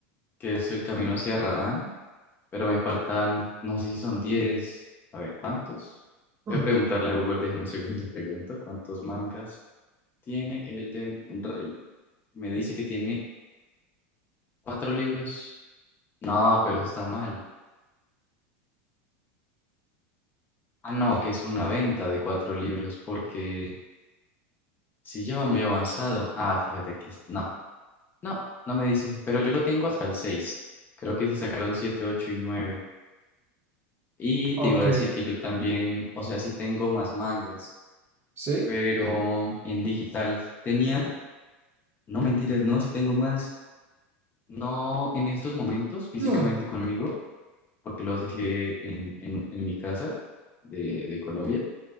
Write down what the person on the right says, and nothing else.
Ah,
Ok.
¿Sí?
ah.